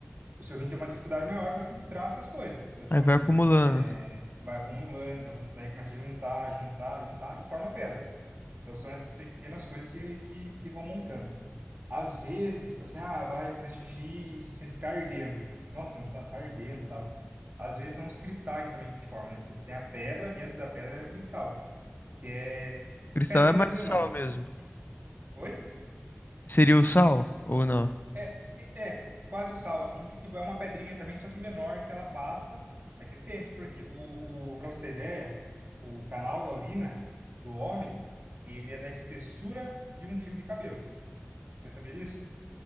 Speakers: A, on the right; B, on the left.
A: o seu rim tem uma dificuldade maior para filtrar essas coisas. Então, tipo
B: Aí vai
A: assim,
B: acumulando.
A: é, vai acumulando, vai, acum- daí começa a juntar, juntar, juntar e forma pedra. Então, são essas pequenas coisas que, que, que vão montando. Às vezes, tipo assim, ah, vai fazer xixi e se sente que tá ardendo. Nossa, mano, tá, tá ardendo e tal. Às vezes são os cristais também que formam, né? Tipo, Tem a pedra e antes da pedra é o cristal que é
B: Cristal
A: pedrinhas
B: é mais
A: menores.
B: o sal mesmo.
A: Que- Oi?
B: Seria o sal ou não?
A: É, é, quase o sal, assim, que tipo é uma pedrinha também, só que menor, que ela passa, mas você sente, porque o, o, pra você ter ideia, o canal da urina do homem, ele é da espessura de um fio de cabelo. Você sabia disso?